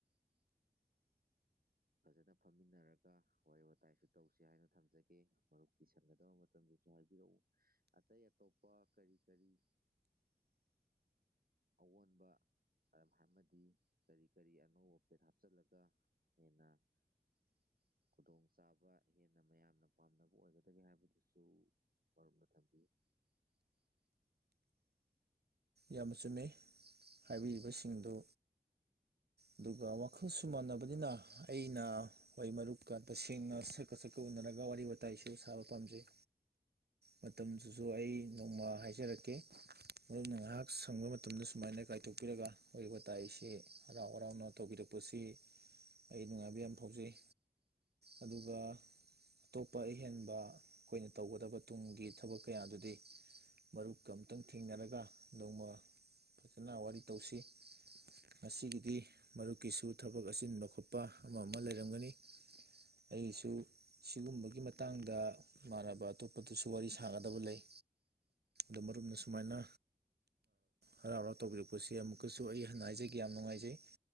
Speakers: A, on the right (about 65°); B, on the right (about 80°).
A: ꯐꯖꯅ ꯐꯝꯃꯤꯟꯅꯔꯒ ꯋꯥꯔꯤ ꯋꯥꯇꯥꯏꯁꯨ ꯇꯧꯁꯤ ꯍꯥꯏꯅ ꯊꯝꯖꯒꯦ ꯃꯔꯨꯞꯀꯤ ꯁꯟꯒꯗꯕ ꯃꯇꯝꯗꯁꯨ ꯍꯥꯏꯕꯤꯔꯛꯎ ꯑꯇꯩ ꯑꯇꯣꯞꯄ ꯀꯔꯤ ꯀꯔꯤ ꯑꯑꯣꯟꯕ ꯑꯃꯗꯤ ꯀꯔꯤ ꯀꯔꯤ ꯑꯅꯧꯕ ꯄꯦꯔꯥꯞ ꯆꯠꯂꯒ ꯍꯦꯟꯅ ꯈꯨꯗꯣꯡ ꯆꯥꯕ ꯍꯦꯟꯅ ꯃꯌꯥꯝꯅ ꯄꯥꯝꯅꯕ ꯑꯣꯏꯒꯗꯒꯦ ꯍꯥꯏꯕꯗꯨꯁꯨ ꯋꯥꯔꯨꯝꯝꯗ ꯊꯝꯕꯤꯌꯨ
B: ꯌꯥꯝꯅ ꯆꯨꯝꯃꯦ ꯍꯥꯏꯕꯤꯔꯤꯕꯁꯤꯡꯗꯨ ꯑꯗꯨꯒ ꯋꯥꯈꯜꯁꯨ ꯃꯥꯟꯅꯕꯅꯤꯅ ꯑꯩꯅ ꯋꯥ ꯃꯔꯨꯞ ꯀꯥ ꯇꯁꯦꯡꯅ ꯁꯛꯀ ꯁꯛꯀ ꯎꯅꯔꯒ ꯋꯥꯔꯤ ꯋꯥꯇꯥꯏꯁꯨ ꯁꯥꯕ ꯄꯥꯝꯖꯩ ꯃꯇꯝꯗꯨꯁꯨ ꯑꯩ ꯅꯣꯡꯃ ꯍꯥꯏꯖꯔꯛꯀꯦ ꯑꯗꯨꯅ ꯉꯍꯥꯛ ꯁꯪꯕ ꯃꯇꯝꯗ ꯁꯨꯃꯥꯏꯅ ꯀꯥꯏꯊꯣꯛꯄꯤꯔꯒ ꯋꯥꯔꯤ ꯋꯥꯇꯥꯏꯁꯤ ꯍꯔꯥꯎ ꯍꯔꯥꯎꯅ ꯇꯧꯕꯤꯔꯛꯄꯁꯤ ꯑꯩ ꯅꯨꯡꯉꯥꯏꯕ ꯌꯥꯝ ꯐꯥꯎꯖꯩ ꯑꯗꯨꯒ ꯑꯇꯣꯞꯄ ꯑꯍꯦꯟꯕ ꯑꯩꯈꯣꯏꯅ ꯇꯧꯒꯗꯕ ꯇꯨꯡꯒꯤ ꯊꯕꯛ ꯀꯌꯥꯗꯨꯗꯤ ꯃꯔꯨꯞꯀ ꯑꯝꯇꯪ ꯊꯦꯡꯅꯔꯒ ꯅꯣꯡꯃ ꯐꯖꯅ ꯋꯥꯔꯤ ꯇꯧꯁꯤ ꯉꯁꯤꯒꯤꯗꯤ ꯃꯔꯨꯞꯀꯤꯁꯨ ꯊꯕꯛ ꯑꯆꯤꯟꯕ ꯈꯣꯠꯄ ꯑꯃ ꯑꯃ ꯂꯩꯔꯝꯒꯅꯤ ꯑꯩꯒꯤꯁꯨ ꯁꯤꯒꯨꯝꯕꯒꯤ ꯃꯇꯥꯡꯗ ꯏꯃꯥꯟꯅꯕ ꯑꯇꯣꯞꯄꯗꯁꯨ ꯋꯥꯔꯤ ꯁꯥꯒꯗꯕ ꯂꯩ ꯑ ꯃꯔꯨꯞꯅ ꯁꯨꯃꯥꯏꯅ ꯍꯔꯥꯎ ꯍꯔꯥꯎ ꯇꯧꯕꯤꯔꯛꯄꯁꯦ ꯑꯃꯨꯛꯀꯁꯨ ꯑꯩ ꯍꯟꯅ ꯍꯥꯏꯖꯒꯦ ꯌꯥꯝ ꯅꯨꯡꯉꯥꯏꯖꯩ